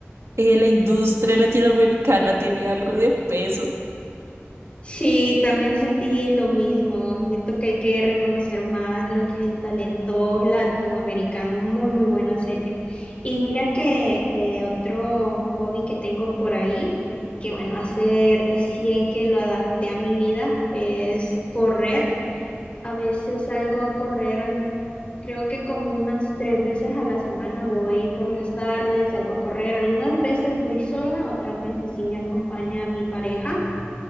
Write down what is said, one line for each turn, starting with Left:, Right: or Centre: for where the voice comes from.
Right: eh, la industria latinoamericana tiene algo de peso.
Left: Sí, también sentí lo mismo. Siento que hay que reconocer más lo que es el talento latinoamericano. Muy, muy buena serie. Y mira que eh, otro hobby que tengo por ahí, que bueno, hace recién que lo adapté a mi vida, es correr. A veces salgo a correr, al- creo que como unas tres veces a la semana voy por las tardes, salgo a correr. Algunas veces voy sola, otras veces sí me acompaña mi pareja.